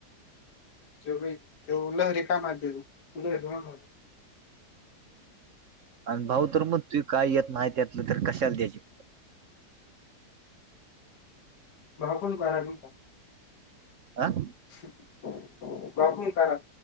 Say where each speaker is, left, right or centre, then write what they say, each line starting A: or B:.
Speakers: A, on the left (about 75°); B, on the right (about 60°).
A: त्यो व्हय त्यो लहरी काम हाय तेज, लहरी <unintelligible>
B: आणि भाऊ तर म्हणतोय, काय येत नाही त्यातलं तर कशाला द्याचे.
A: भाऊ, पण बरा हाय तुमचा.
B: आह.
A: <unintelligible> करा,